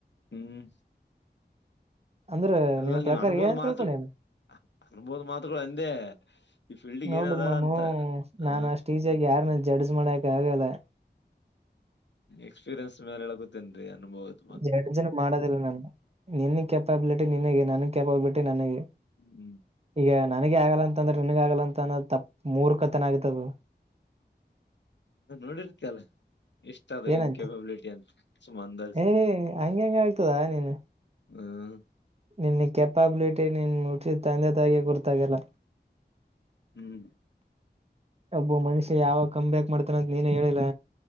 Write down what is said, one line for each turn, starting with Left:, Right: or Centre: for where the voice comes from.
Left: ಹ್ಮ್
Right: ಅಂದ್ರ
Left: ಅಲ್ಲ
Right: ನಿನ್
Left: ನೀವ್
Right: ಪ್ರಕಾರ
Left: ಅನುಭೋದ
Right: ಏನ್
Left: ಮಾತು
Right: ತಿಳ್ಕೊಂಡೇನ
Left: ಅನುಭೋದ ಮಾತುಗಳು ಅಂದೆ. ಈ ಫೀಲ್ಡಿಗ್
Right: ನೋಡು
Left: ಏನದ
Right: ಮಾಮು
Left: ಅಂತ ಹ
Right: ನಾನ್ ಅಷ್ಟ ಯಾರನ್ನ ಜಡ್ಜ್ ಮಾಡಕ್ ಆಗಲ್ಲ‌.
Left: ಎಕ್ಪೀರಿಯನ್ಸ್ ಮೇಲೆ ಎಳ್ಕತೇನ್ರಿ ಅನ್ಬಹುದು.
Right: ಎರಡು ಜನ ಮಾಡೋದಿಲ್ಲ ನಾನು ನಿನ್ನ ಕೆಪಬಿಲಿಟಿ ನಿನಗೆ ನನ್ನ ಕೆಪಬಿಲಿಟಿ ನನಗೆ
Left: ಹ್ಮ್
Right: ಈಗ ನನಗೆ ಆಗಲ್ಲ ಅಂದ್ರೆ ನಿನಗ ಆಗಲ್ಲ ಅಂತ ಅಂದ್ರೆ ತಪ್ಪ್ ಮೂರ್ಖತನ ಆಗುತ್ತೆ ಬ್ರೋ.
Left: ಹ ನೋಡಿರ್ತಿಲ್ಲ ಎಷ್ಟ ಅಂದೇ
Right: ಏನಂತೆ
Left: ಇವನ್ ಕೆಪಬಿಲಿಟಿ ಅಂತ ಸುಮಂದ್
Right: ಏ ಹಂಗ ಹೆಂಗ ಆಗ್ತದ ನೀನ್
Left: ಹ್ಮ್
Right: ನಿನ್ನ ಕೆಪಬಿಲಿಟಿ ನಿನ್ನ ಹುಟ್ಟಿಸಿದ ತಂದೆ ತಾಯಿಗೆ ಗೊತ್ತಾಗಲ್ಲ.
Left: ಹ್ಮ್
Right: ಒಬ್ಬ ಮನುಷ್ಯ ಯಾವಾಗ ಕಮ್ ಬ್ಯಾಕ್ ಮಾಡ್ತಾರಂತೆ ನೀನೇ ಹೇಳಿಲ್ಲ.